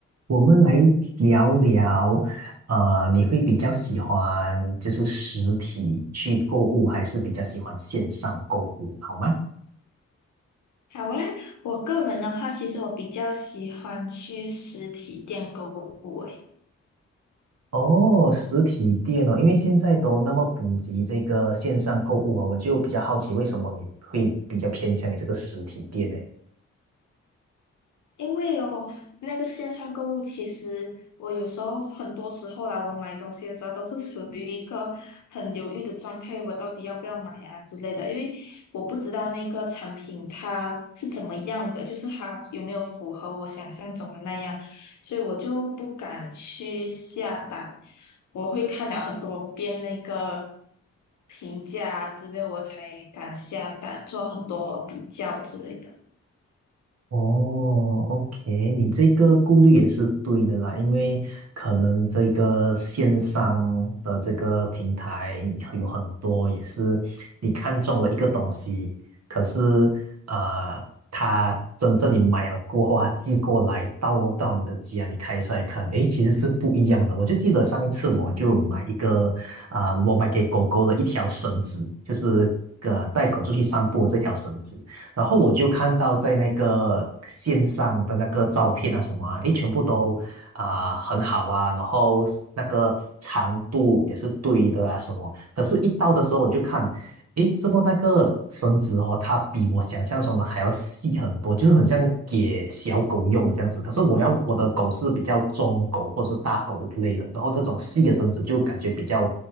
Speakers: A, on the right (about 55°); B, on the left (about 65°).
A: 我们来聊聊，呃，你会比较喜欢就是实体去购物，还是比较喜欢线上购物，好吗？
B: 好啊，我个人的话，其实我比较喜欢去实体店购物。诶。
A: 哦，实体店哦，因为现在都那么普及这个线上购物啊，我就比较好奇，为什么你会比较偏向于这个实体店呢？
B: 因为哦，那个线上购物，其实我有时候很多时候啦，我买东西的时候都是处于一个很犹豫的状态，我到底要不要买啊之类的，因为我不知道那个产品它是怎么样的，就是它有没有符合我想象中的那样，所以我就不敢去下单，我会看了很多遍那个评价啊之类，我才敢下单，做很多比较之类的。
A: 哦，OK，你这个顾虑也是对的啦，因为可能这个线上的这个平台有很多也是你看中了一个东西，可是呃，它真正你买了过后，它寄过来到到你的家，你开出来看，诶，其实是不一样的。我就记得上一次我就买一个啊、我买给狗狗的一条绳子，就是个带狗出去散步的这条绳子。然后我就看到在那个线上的那个照片啊什么啊，诶，全部都啊、很好啊，然后那个长度也是对的啊什么。可是，一到的时候我就看，诶，怎么那个绳子哦，它比我想象中的还要细很多，就是很像给小狗用的这样子。可是我要我的狗是比较中狗或者是大狗之类的，然后这种细的绳子就感觉比较